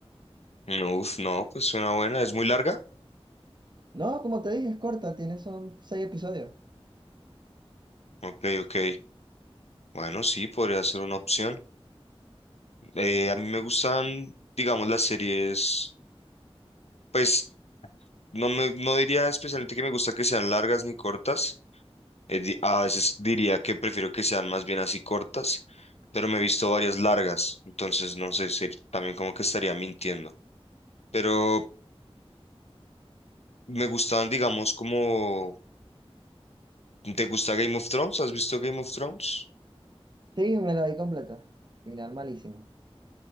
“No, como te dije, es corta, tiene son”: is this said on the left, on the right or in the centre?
Right